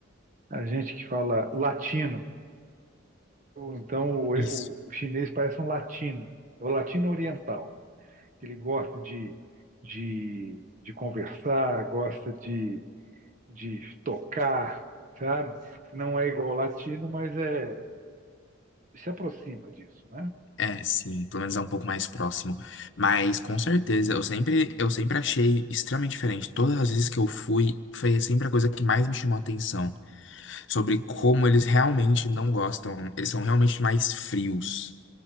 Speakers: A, on the right; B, on the left.
A: A gente que fala latino. Então, o,
B: Isso.
A: o chinês parece um latino. É o latino oriental. Ele gosta de, de, de conversar, gosta de, de tocar, sabe? Não é igual ao latino, mas é, se aproxima disso, né?
B: É, sim, pelo menos é um pouco mais próximo. Mas com certeza, eu sempre, eu sempre achei extremamente diferente. Todas as vezes que eu fui, foi sempre a coisa que mais me chamou a atenção. Sobre como eles realmente não gostam. Eles são realmente mais frios